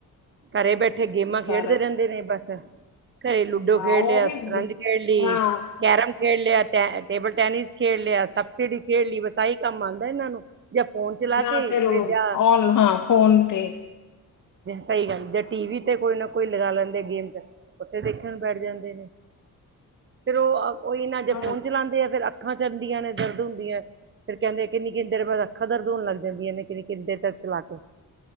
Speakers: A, on the right (about 35°); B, on the left (about 65°).
A: ਘਰੇ ਬੈਠੇ, ਗੇਮਾਂ ਖੇਡਦੇ
B: ਸਾਰਾ,
A: ਰਹਿੰਦੇ ਨੇ, ਬਸ। ਘਰੇ, ਲੁਡੋ
B: ਹਾਂ
A: ਖੇਡ
B: ਉਹ
A: ਲਿਆ,
B: ਵੀ
A: ਸਪ੍ਰੰਜ ਖੇਡਲੀ,
B: ਹਾਂ
A: ਕੈਰਮ ਖੇਡ ਲੇਆ ਟੈ-ਟੇਬਲ ਟੈਨਿਸ ਖੇਡ ਲਿਆ, ਸਬਸਿਡੀ ਖੇਡ ਲੀ। ਬਸ ਆਈ ਕੰਮ ਆਂਦਾ ਇਹਨਾਂ ਨੂੰ। ਜਾਂ ਫੋਨ ਚਲਾ
B: ਜਾਂ
A: ਕੇ
B: ਫੇਰ,
A: ਤੇ ਜਾਂ
B: ਔਨ ਹਾਂ ਫੋਨ ਤੇ।
A: ਸਹੀ ਗੱਲ। ਜਾਂ ਟੀ ਵੀ ਤੇ ਕੋਈ ਨਾ ਕੋਈ ਲਗਾ ਲੈਂਦੇ ਗੇਮ, ਉੱਥੇ ਦੇਖ ਬੈਠ ਜਾਂਦੇ ਨੇ। ਫੇਰ ਓ, ਉਹੀ ਨਾ, ਜੇ
B: ਹਾਂ
A: ਫੋਨ ਚਲਾਂਦੇ ਆ, ਫਿਰ ਅੱਖਾਂ ਚੱਲਦੀਆਂ ਨੇ ਦਰਦ ਹੁੰਦੀ ਹ। ਫਿਰ ਕਹਿੰਦੇ ਕਿੰਨੀ-ਕਿੰਨੀੇ ਦੇਰ ਬਾਅਦ ਅੱਖਾਂ ਦਰਦ ਹੋਨ ਲੱਗ ਜਾਂਦੀਆਂ ਨੇ ਕਿੰਨੀ-ਕਿੰਨੀ ਦੇਰ ਤੱਕ ਚਲਾ ਕੇ।